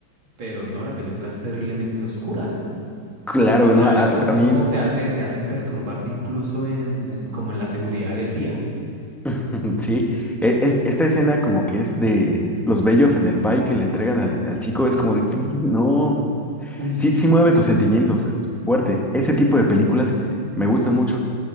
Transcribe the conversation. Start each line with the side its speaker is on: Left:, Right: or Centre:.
Right: pero no, la película es terriblemente oscura.
Centre: Claro,
Right: O sea,
Centre: no, a,
Right: es como,
Centre: a
Right: es
Centre: mí,
Right: como te hace, te hacen perturbarte incluso en, en- como en la seguridad del día.
Centre: <laughs> sí. E- es- esta escena como que es de los bellos en el pie que le entregan al, al chico, es como de, no,
Right: Uy, sí,
Centre: sí, sí mueve tus sentimientos, es fuerte. Ese tipo de películas me gustan mucho.